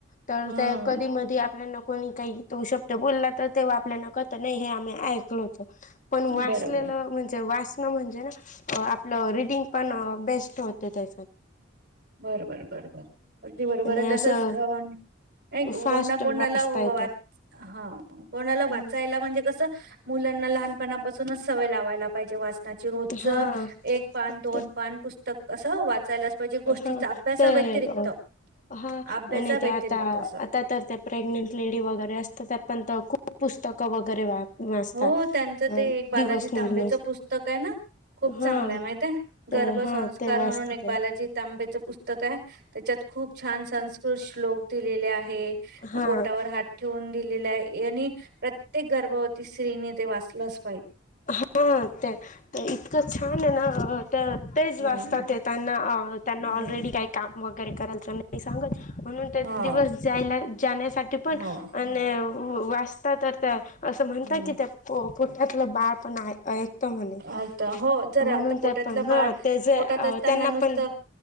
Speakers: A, on the left (about 40°); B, on the right (about 60°).
A: तर
B: हम्म
A: ते कधी मधी आपल्याना कोणी काही तो शब्द बोलला तर तेव्हा आपल्याना कत नाही हे मी ऐकलं होतं पण वाचलं
B: बरोबर
A: ना मी वाचलं म्हणजे आपलं रीडिंग पण बेस्ट होते त्या
B: बरोबर बरोबर अगदी बरोबर
A: आणि
B: आहे तसच
A: असं
B: अ नाही कोना
A: फास्ट
B: कोणाला
A: वाचता
B: वाच
A: येतं.
B: हा कोणाला वाचायला
A: हम्म
B: म्हणजे कसं मुलांना लहानपणापासूनच सवय लावायला पाहिजे वा ना रोजच
A: हा
B: एक पान दोन
A: ते
B: पान पुस्तक असं वाचायलाच पाहिजे. गोष्टीचा
A: हा
B: अभ्यासा
A: ते
B: व्यतिरिक्त.
A: अ. हा
B: अभ्यासा
A: आणि
B: व्यतिरिक्त
A: ते आता
B: असं.
A: आता तर ते प्रेग्नेंट लेडी वगैरे असत त्या पण खूप. पुस्तकं वगैरे वा वाचता
B: हो त्यांचं ते
A: अ
B: एक बालाजी
A: दिवस निघण्यास
B: तांबेचं पुस्तक आहे ना. खूप
A: हा
B: चांगलं आहे माहित आहे,
A: ते
B: गर्भसंस्कार
A: हा ते वाचत
B: म्हणून एक
A: ते
B: बालाजी तांबेचं पुस्तक आहे. त्याच्यात खूप छान संस्कृत श्लोक दिलेले आहे,
A: हा
B: पोटावर हात ठेवून दिलेले आहे. यांनी प्रत्येक गर्भवती स्त्रीने ते वाचलंस
A: हा ते इतकं छान आहे ना. तर तेच
B: हम्म.
A: वाचतात ते त्यांना त्यांना
B: हम्म
A: ऑलरेडी काही काम वगैरे करायचं नाही सांगत म्हणून
B: हा
A: दिवस जायला जाण्यासाठी पण
B: हो
A: आणि वा वाचता तर त्या असं म्हणतात
B: हम्म
A: की, त्या पो पोट्यातलं बाळ पन हाय. ऐकत म्हणे
B: आता हो जरा
A: म्हणून
B: आता पोटातलं
A: ते पण
B: बाळ
A: हा ते जे
B: पोटात असताना
A: त्यांना
B: नुसतं
A: पण